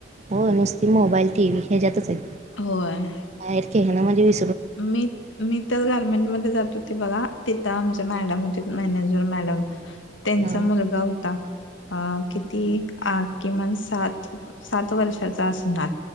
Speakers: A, on the right; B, on the left.
A: होय, नुसती मोबाईल, टी व्ही, हे्याच्यातच हायीत.
B: होय.
A: बाहेर खेळाण म्हणजे वी
B: मी मी तर गार्मेंटमध्येध्ये जात होते बघा, तिथं आमचे मॅडम होतीत, मॅनेजर मॅडम. त्यांचा
A: हा
B: मुलगा होता अ किती, किमान, सात सात वर्षाचा असणार.